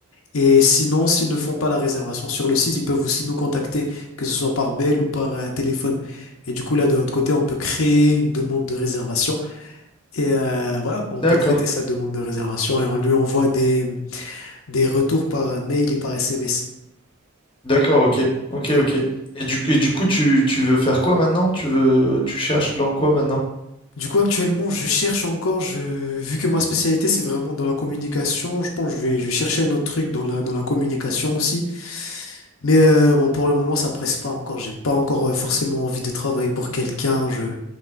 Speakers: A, on the left; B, on the left.
A: Et sinon, s'ils ne font pas la réservation sur le site, ils peuvent aussi nous contacter, que ce soit par mail ou par euh, téléphone. Et du coup, là, de notre côté, on peut créer une demande de réservation et euh, voilà, on
B: d'accord.
A: peut traiter sa demande de réservation et on lui envoie des, des retours par euh, mail et par SMS.
B: D'accord, ok. Ok,
A: Ouais.
B: ok. Et du, et du coup, tu, tu veux faire quoi maintenant? Tu veux, tu cherches dans quoi maintenant?
A: Du coup, actuellement, je cherche encore, je, vu que ma spécialité, c'est vraiment dans la communication, je pense que je vais, je vais chercher un autre truc dans la, dans la communication aussi. Mais euh, bon, pour le moment, ça presse pas encore. J'ai pas encore euh, forcément envie de travailler pour quelqu'un. Je,